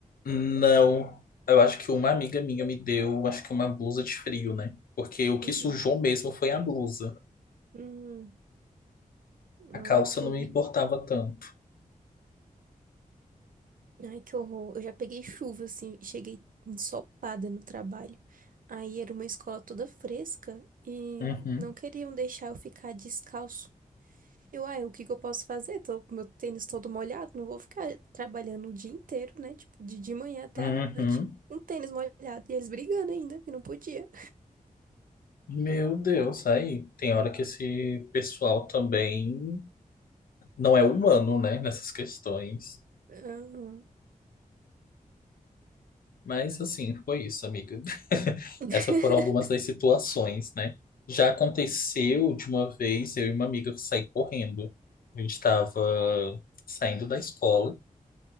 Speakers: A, on the left; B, on the right.
A: Não, eu acho que uma amiga minha me deu, acho que uma blusa de frio, né? Porque o que
B: Uhum.
A: sujou mesmo foi a blusa.
B: Uhum. Ai,
A: A calça
B: que
A: não
B: horrível.
A: me importava tanto.
B: Ai, que horror. Eu já peguei chuva, assim, e cheguei ensopada no trabalho. Aí era uma escola toda fresca e
A: Uhum,
B: não queriam deixar eu ficar descalço. Eu, ai, o que que eu posso fazer? Tô com meu tênis todo molhado, não vou ficar trabalhando o dia inteiro, né? Tipo, de, de manhã até
A: uhum.
B: a noite, um tênis molhado. E eles brigando ainda, que não podia.
A: Meu Deus, aí tem hora que esse pessoal também não é humano, né? Nessas questões.
B: Aham.
A: Mas assim, foi isso, amiga. <laughs>
B: <laughs>
A: Essas foram algumas das situações, né? Já aconteceu de uma vez eu e uma amiga sair correndo. A gente estava saindo da escola.